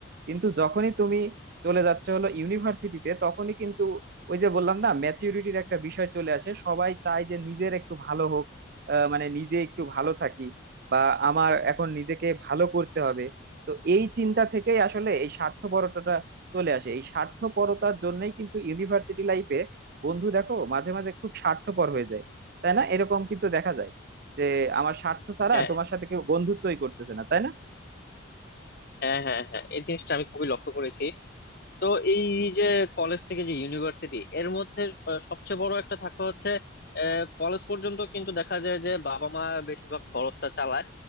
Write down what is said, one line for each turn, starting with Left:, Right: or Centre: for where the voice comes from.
Right: কিন্তু যখনই তুমি চলে যাচ্ছ হলো ইউনিভার্সিটিতে তখনই কিন্তু ওই যে বললাম না ম্যাচিউরিটির একটা বিষয় চলে আসে সবাই চায় যে নিজের একটু ভালো হোক আহ, মানে নিজে একটু ভালো থাকি বা আমার এখন নিজেকে ভালো করতে হবে তো এই চিন্তা থেকেই আসলে এই স্বার্থপরতাটা চলে আসে এই স্বার্থপরতার জন্যই কিন্তু ইউনিভার্সিটি লাইফে বন্ধু দেখো মাঝে মাঝে খুব স্বার্থপর হয়ে যায় তাই না এরকম কিন্তু দেখা যায় যে আমার স্বার্থ ছাড়া
Left: হ্যাঁ
Right: তোমার সাথে কেউ বন্ধুত্বই করতেছে না তাই না
Left: হ্যাঁ হ্যাঁ হ্যাঁ এই জিনিসটা আমি খুবই লক্ষ্য করেছি তো এই যে কলেজ থেকে যে ইউনিভার্সিটি এর মধ্যে আহ, সবচেয়ে বড় একটা থাকতে হচ্ছে কলেজ পর্যন্ত কিন্তু দেখা যায় যে বাবা মা বেশিরভাগ খরচটা চালায়